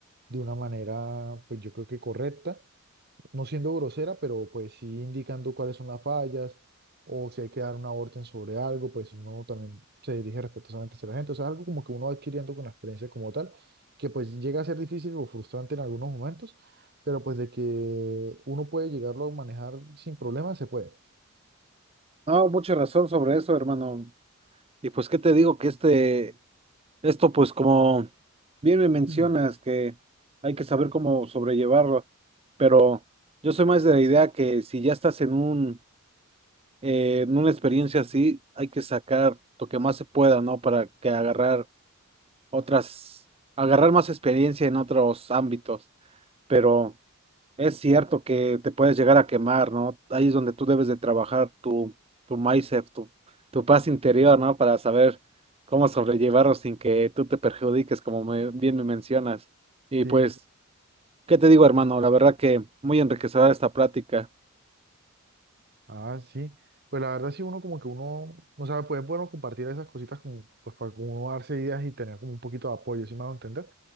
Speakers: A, on the right (about 50°); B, on the right (about 25°).
A: de una manera, pues yo creo que correcta, no siendo grosera, pero pues sí indicando cuáles son las fallas o si hay que dar una orden sobre algo, pues uno también se dirige respetuosamente hacia la gente, o sea, algo como que uno va adquiriendo con la experiencia como tal, que pues llega a ser difícil o frustrante en algunos momentos, pero pues de que uno puede llegarlo a manejar sin problemas, se puede.
B: No, mucha razón sobre eso, hermano. Y pues, ¿qué te digo? Que este, esto, pues, como bien me mencionas,
A: Mm.
B: que hay que saber cómo sobrellevarlo, pero yo soy más de la idea que si ya estás en un, eh, en una experiencia así, hay que sacar lo que más se pueda, ¿no? Para que agarrar otras, agarrar más experiencia en otros ámbitos. Pero es cierto que te puedes llegar a quemar, ¿no? Ahí es donde tú debes de trabajar tu, tu mindset, tu, tu paz interior, ¿no? Para saber cómo sobrellevarlo sin que tú te perjudiques, como me- bien me mencionas. Y
A: Sí,
B: pues, ¿qué te digo, hermano? La verdad que muy enriquecedora esta plática.
A: ah, sí. Pues la verdad sí, uno como que uno, o sea, pues es bueno compartir esas cositas como, pues para como uno darse ideas y tener como un poquito de apoyo, si me hago entender.